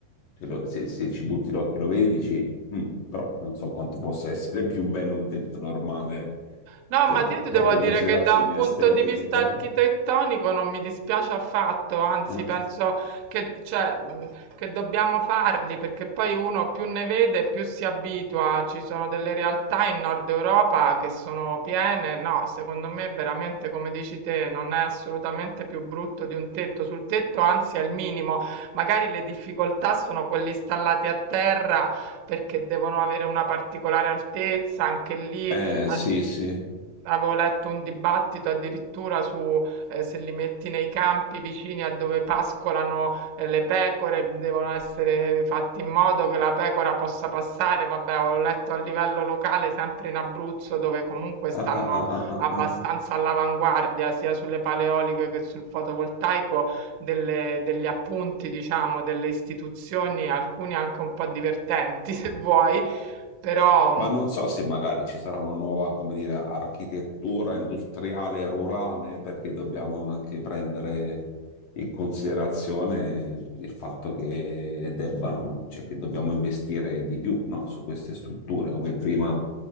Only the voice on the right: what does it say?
No,
ma io ti
devo dire
che da un punto
di vista
architettonico non mi dispiace affatto, anzi
penso che, cioè, mh, che dobbiamo farli perché poi uno più ne vede più si abitua. Ci sono delle realtà in Nord Europa che sono piene, no, secondo me veramente come dici te non è assolutamente più brutto di un tetto, sul tetto anzi è il minimo, magari le difficoltà sono quelle installate a terra perché devono avere una particolare altezza, anche lì
ad
avevo letto un dibattito addirittura su, ehm, se li metti nei campi vicini a dove pascolano, ehm, le pecore, devono essere fatti in modo che la pecora possa passare. Vabbè, ho letto a livello locale, sempre in Abruzzo, dove comunque stanno
abbastanza
all'avanguardia, sia sulle paleoliche che sul fotovoltaico, delle degli appunti, diciamo, delle istituzioni, alcuni anche un po' divertenti <laughs> se vuoi,
però,
mhmm